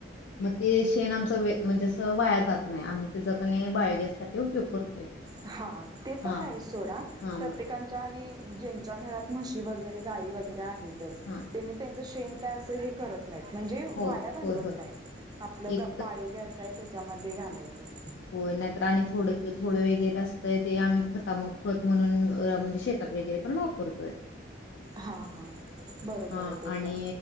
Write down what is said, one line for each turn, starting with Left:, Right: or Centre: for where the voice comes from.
Left: मग ते शेण आमचा व म्हणजे अस वाया जात नाही आम्ही ते जगने बायोगॅस साठी उपयोग करतोय
Right: हा ते
Left: हा
Right: तर आहे सोडा
Left: हा
Right: प्रत्येकच्या
Left: मग
Right: आणि ज्यांच्या घरात म्हशी वगैरे गाय वगैरे आहेत..
Left: हा
Right: त्यांनी शेण काय असं हे करत.. म्हणजे
Left: होय
Right: वाया घालवत
Left: होय होय
Right: नाहीत आपलं
Left: एक
Right: बायोगॅस आहे त्याच्यामध्ये घालायच. तर
Left: हो नाहीत आणि थोड थोडे वेग. अस ते आम्ही खतामक म्हणून म्हणजे शेतात वगैरे पण वापरतोय.
Right: हा हा बरोबर
Left: हां
Right: आहे ते
Left: आणि
Right: पण